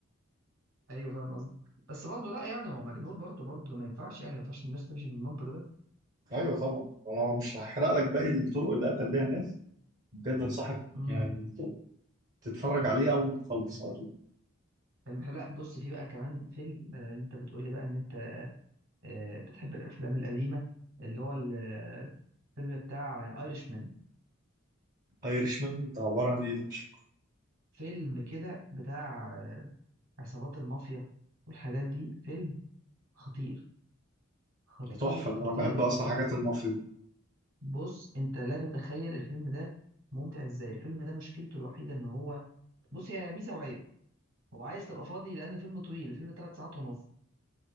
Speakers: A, on the right; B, on the right.
A: أيوه فاهم قصدي بس برضه لا يعني هو مجنون برضه برضه ده ما ينفعش يعني ما ينفعش الناس تمشي بالمنطق ده
B: ايوه طبعا انا مش هحرق لك باقي الطرق اللي قتل بيها الناس بجد انصحك
A: امم
B: يعني تتفرج عليه اول ما تخلص
A: فيلم
B: على طول
A: حلو. لا بص في بقى كمان فيلم بدل أنت بتقول لي بقى إن أنت آه، بتحب الأفلام القديمة اللي هو ال- آه، الفيلم بتاع ايرش مان
B: ايرشمان ده عباره عن ايه ده مش
A: فيلم كده بتاع آه، عصابات المافيا والحاجات دي فيلم خطير خطير
B: ده تحفة
A: خطير
B: ده أنا بحب
A: خطير
B: أصلا حاجات المافيا دي
A: بص انت لا تتخيل الفيلم ده ممتع ازاي الفيلم ده مشكلته الوحيده ان هو بص هي ميزه وعيب هو عايز تبقى فاضي لان الفيلم طويل الفيلم ثلاث ساعات ونص